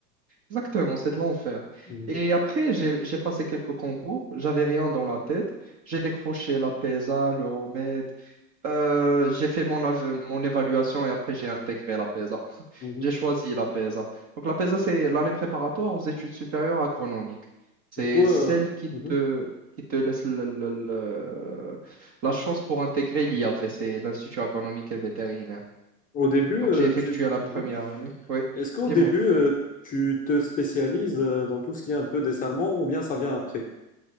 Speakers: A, on the right (about 30°); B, on the left (about 15°).
A: exactement, c'est de l'enfer.
B: Mhm,
A: Et après, j'ai, j'ai passé quelques concours. J'avais rien dans la tête. J'ai décroché la PESA, le remède. Euh, j'ai fait mon, av- mon évaluation et après j'ai intégré la PESA. <laughs>
B: mhm.
A: J'ai choisi la PESA. Donc la PESA, c'est l'année préparatoire aux études supérieures agronomiques. C'est
B: Du coup,
A: celle
B: euh,
A: qui
B: mhm.
A: te, qui te laisse le- le- le- la chance pour intégrer l'IAV, c'est l'Institut agronomique et vétérinaire.
B: Au début,
A: Donc
B: euh,
A: j'ai effectué
B: tu...
A: la première
B: mhm.
A: année. Oui,
B: Est-ce qu'au
A: dis-moi.
B: début, euh, tu te spécialises euh, dans tout ce qui est un peu dessalement ou bien ça vient après?